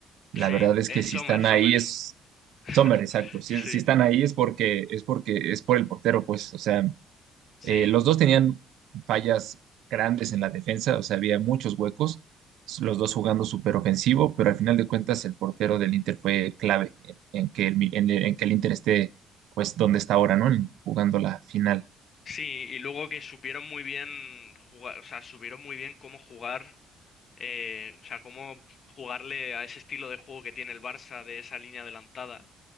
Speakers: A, on the right; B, on the left.
A: la
B: Sí,
A: verdad es
B: eh,
A: que
B: Sommer,
A: si están
B: Sommer.
A: ahí es
B: <laughs>
A: Sommer, exacto. Si,
B: Sí,
A: si están ahí es porque es porque es por el portero, pues. O sea.
B: sí.
A: Eh, los dos tenían fallas grandes en la defensa, o sea, había muchos huecos, los dos jugando súper ofensivo, pero al final de cuentas el portero del Inter fue clave en, en que el, Mi- en, en que el Inter esté, pues, donde está ahora, ¿no? En- jugando la final.
B: Sí, y luego que supieron muy bien jugar, o sea, supieron muy bien cómo jugar, eh, o sea, cómo jugarle a ese estilo de juego que tiene el Barça de esa línea adelantada